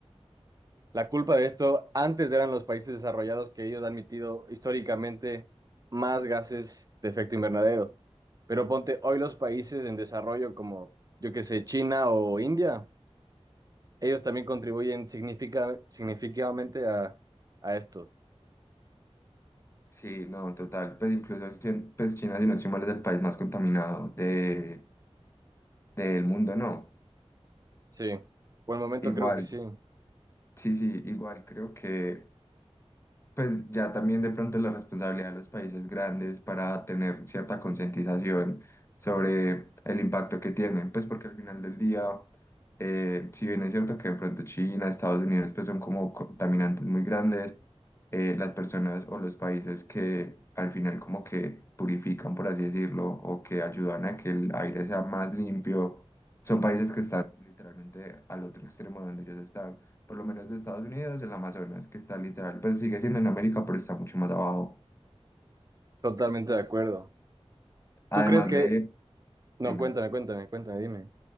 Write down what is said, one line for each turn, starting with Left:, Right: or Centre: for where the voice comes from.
Right: La culpa de esto, antes eran los países desarrollados que ellos han emitido históricamente más gases de efecto invernadero. Pero ponte, hoy los países en desarrollo como, yo qué sé, China o India, ellos también contribuyen significa- significativamente a, a esto.
Left: Sí, no, total, pues incluso, cien- pues China, si no estoy mal, es el país más contaminado de, del mundo, ¿no?
Right: Sí, por el momento
Left: Igual,
Right: creo que sí,
Left: sí, sí, igual creo que... pues ya también de pronto la responsabilidad de los países grandes para tener cierta concientización sobre el impacto que tienen, pues porque al final del día, eh, si bien es cierto que de pronto China, Estados Unidos, pues son como contaminantes muy grandes, eh, las personas o los países que al final como que purifican, por así decirlo, o que ayudan a que el aire sea más limpio, son países que están literalmente al otro extremo donde ellos están por lo menos de Estados Unidos, el Amazonas, que está literal, pues sigue siendo en América, pero está mucho más abajo.
Right: totalmente de acuerdo.
Left: Además
Right: ¿Tú crees que...
Left: de,
Right: No,
Left: dime,
Right: cuéntame, cuéntame, cuéntame, dime.